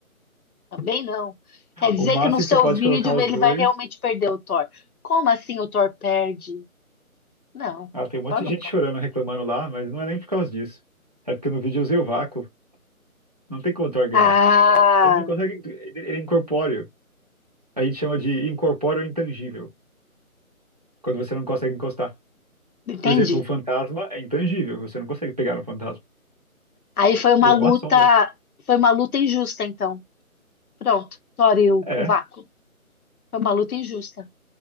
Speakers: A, on the left (about 80°); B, on the right (about 30°).
A: Também não. Quer dizer
B: O máximo
A: que no seu
B: que você pode
A: vídeo
B: colocar os
A: ele
B: dois.
A: vai realmente perder o Thor. Como assim o Thor perde? Não,
B: Ah, tem um monte
A: torna
B: de
A: um
B: gente
A: pau.
B: chorando, reclamando lá, mas não é nem por causa disso. É porque no vídeo eu usei o vácuo. Não tem como Thor ganhar.
A: Ah,
B: Ele não consegue. Ele ele é incorpóreo. A gente chama de incorpóreo intangível, quando você não consegue encostar.
A: entendi.
B: Por exemplo, um fantasma é intangível, você não consegue pegar um fantasma.
A: Aí foi uma
B: Ele
A: luta,
B: é uma sombra.
A: foi uma luta injusta, então. Pronto, Tori, o,
B: É,
A: o vácuo. Foi uma luta injusta.